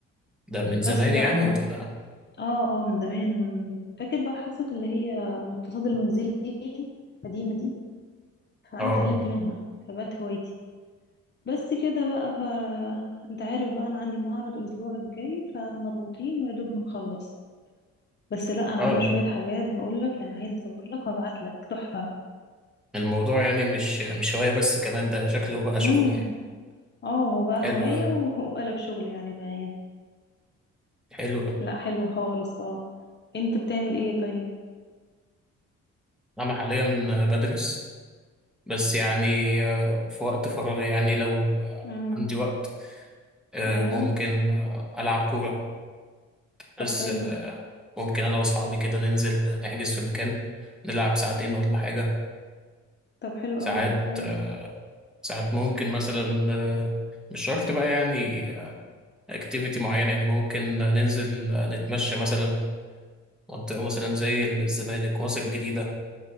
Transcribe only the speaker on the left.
بس
بقى
اه
اه آه، من زمان من... فاكر بقى حصة اللي هي الاقتصاد المنزلي القديمة دي فأنا
اتعلمت
منها فبقت هوايتي بس كده بقى ف... انت عارف بقى انا عندي معرض الاسبوع الجاي فمضغوطين ويا دوب بنخلص بس لا انا
عامله شويه حاجات بقول لك يعني عايزه اصور لك وابعت لك تحفه
امم
اه هو بقى
هوايه
و- <laughs> وقلب شغل يعني معايا
لا حلو خالص اه انت بتعمل ايه طيب
امم
ايوه
طب
حلو
طب حلو
قوي ده كويس